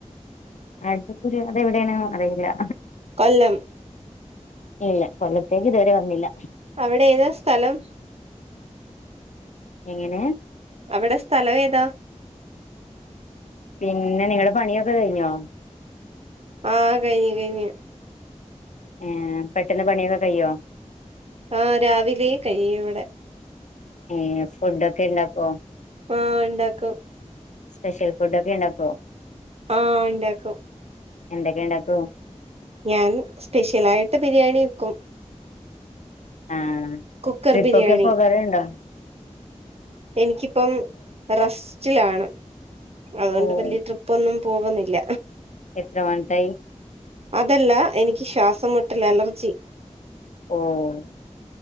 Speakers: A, on the left; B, on the right.
A: അടൂര് അതെവിടെണ് അറില..
B: കൊല്ലം..
A: ഇല്ല കൊല്ലത്തേക്. ഇതുവരെ വന്നില്ല..
B: അവിടെ ഏതാ സ്ഥലം..
A: എങ്ങനെ..
B: അവിടെ സ്ഥലവെത..
A: പിന്നെ നിങ്ങളെ പണിയൊക്കെ കഴിഞ്ഞോ..
B: ആഹ് കഴിഞ്ഞ് കഴിഞ്ഞ്..
A: ഏഹ് പെട്ടെന്ന് പണിയൊക്കെ കയ്യോ..
B: ആഹ് രാവിലെ കയ്യുവടെ..
A: ഏഹ് ഫുഡൊക്കെ ഇണ്ടാക്കോ..
B: ആഹ് ഇണ്ടാക്കും
A: സ്പെഷ്യൽ ഫുഡ് ഒക്കെ ഇണ്ടാക്കോ
B: ആഹ് ഇണ്ടാക്കും
A: എന്തൊക്കെ ഇണ്ടാക്കും
B: ഞാൻ സ്പെഷ്യലായിട്ട് ബിരിയാണി വെക്കും
A: ആഹ്
B: കുക്കർ
A: ട്രിപ്പൊക്കെ
B: ബിരിയാണി
A: പോകറുണ്ടോ
B: എനിക്കിപ്പം റസ്റ്റിലാണ് അതുകൊണ്ട്
A: ഓഹ്
B: വലിയ ട്രിപ്പ് ട്രിപ്പൊന്നും പോകുന്നില്ല
A: എത്ര മന്തായി
B: അതല്ല എനിക്ക് ശ്വാസംമുട്ടൽ അലർജി
A: ഓഹ്